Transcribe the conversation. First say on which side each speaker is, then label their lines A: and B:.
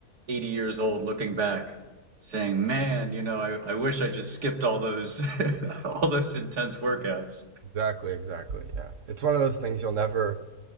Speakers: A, on the right (about 85°); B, on the right (about 55°).
A: 80 years old looking back saying, man, you know, I, I wish I just skipped all those, <laughs> all those intense workouts.
B: Exactly, exactly. Yeah. It's one of those things you'll never